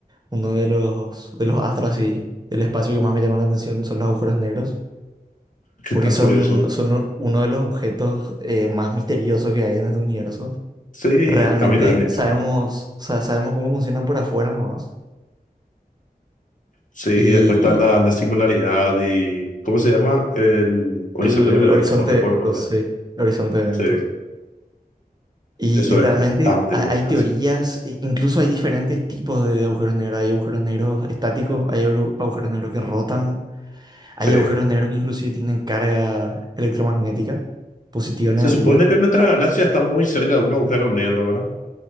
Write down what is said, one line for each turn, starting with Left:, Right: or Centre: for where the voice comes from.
Right: uno de los, de los astros y del espacio que más me llama la atención son los agujeros negros.
Left: que
Right: porque
Left: están
Right: son,
Left: curiosos.
Right: son uno de los objetos eh, más misteriosos que hay en este universo.
Left: Sí,
Right: Realmente
Left: a mí también me encantan.
Right: sabemos, sa- sabemos cómo funcionan por afuera nomás.
Left: Sí, y
Right: Y
Left: después está la, la singularidad y. ¿Cómo se llama? El horizonte
Right: el,
Left: de
Right: el
Left: los eventos,
Right: horizonte
Left: no recuerdo
Right: de eventos,
Left: el nombre.
Right: sí, el horizonte de eventos.
Left: Sí,
Right: Y,
Left: eso
Right: y realmente
Left: es bastante
Right: ha-
Left: loco.
Right: hay teorías, e incluso hay diferentes tipos de agujeros negros. Hay agujeros negros estáticos, hay agru- agujeros negros que rotan, hay
Left: Sí.
Right: agujeros negros que inclusive tienen carga electromagnética, positiva o
Left: Se
Right: negativa.
Left: supone que nuestra galaxia está muy cerca de un agujero negro, ¿verdad?